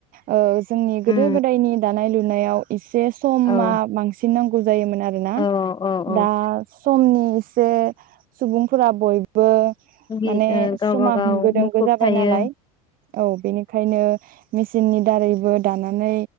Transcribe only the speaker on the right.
ओ जोंनि गोदो
गोदायनि दानाय लुनाय नायाव एसे समा
बांसिन नांगौ <unintelligible> मोन आरोना।
दा समनि जे सुबुंफोरा बयबो
माने
समा
होंगो दोंगो
जाबाय
नालाय औ बेनिखायनो मेचिननि दारैबो दाना नै